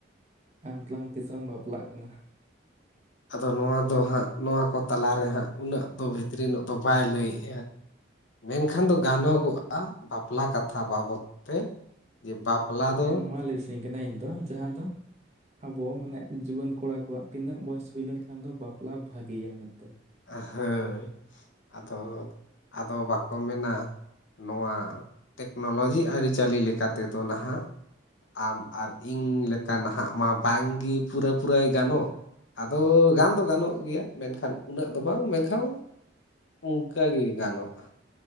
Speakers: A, on the right (about 35°); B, on the left (about 75°).
A: ᱟᱢ ᱛᱟᱞᱟᱝ ᱛᱤᱥᱮ ᱮᱢ ᱵᱟᱯᱞᱟᱜ ᱠᱟᱱᱟ?
B: ᱟᱫᱚ ᱱᱚᱣᱟ ᱫᱚ ᱦᱟᱸᱜ ᱱᱚᱣᱟ ᱠᱚ ᱛᱟᱞᱟᱨᱮ ᱦᱟᱸᱜ ᱩᱱᱟᱹᱜ ᱫᱚ ᱵᱷᱤᱛᱨᱤ ᱧᱚᱜ ᱫᱚ ᱵᱟᱭ ᱞᱟᱹᱭᱮᱜᱼᱟ᱾ ᱢᱮᱱᱠᱷᱟᱱ ᱫᱚ ᱜᱟᱱᱚᱜᱚᱜᱼᱟ ᱵᱟᱯᱞᱟ ᱠᱟᱛᱷᱟ ᱵᱟᱵᱚᱫ ᱛᱮ ᱡᱮ ᱵᱟᱯᱞᱟ ᱫᱚ
A: ᱦᱮᱸ ᱱᱚᱣᱟᱞᱟᱹᱭ ᱥᱟᱱᱟᱧ ᱠᱟᱱᱟ ᱤᱧ ᱫᱚ ᱡᱟᱦᱟᱸ ᱫᱚ ᱟᱵᱚ ᱢᱟᱱᱮ ᱡᱩᱣᱟᱹᱱ ᱠᱚᱲᱟ ᱠᱚᱣᱟᱜ ᱛᱤᱱᱟᱹᱜ ᱵᱚᱭᱮᱥ ᱦᱩᱭ ᱞᱮᱱᱠᱷᱟᱱ ᱫᱚ ᱵᱟᱯᱞᱟ ᱵᱷᱟᱜᱮᱭᱟ ᱢᱮᱱᱛᱮ?
B: ᱦᱟ. ᱭ ᱟᱫᱚ ᱟᱫᱚ ᱵᱟᱠᱚ ᱢᱮᱱᱟ ᱱᱚᱣᱟ ᱴᱮᱠᱱᱳᱞᱚᱡᱤ ᱟᱹᱨᱤᱪᱟᱹᱞᱤ ᱞᱮᱠᱟ ᱛᱮᱫᱚ ᱱᱟᱦᱟᱜ ᱟᱢ ᱟᱨ ᱤᱧ ᱞᱮᱠᱟ ᱱᱟᱦᱟᱜ ᱢᱟ ᱵᱟᱝᱜᱮ ᱯᱩᱨᱟᱹ ᱯᱩᱨᱟᱹᱭ ᱜᱟᱱᱚᱜ ᱟᱫᱚ ᱜᱟᱱ ᱫᱚ ᱜᱟᱱᱚᱜ ᱜᱮᱭᱟ ᱢᱮᱱᱠᱷᱟᱱ ᱩᱱᱟᱹᱜ ᱫᱚ ᱵᱟᱝ ᱢᱮᱱᱠᱷᱟᱱ ᱚᱱᱠᱟᱜᱮ ᱜᱟᱱᱚᱜᱼᱟ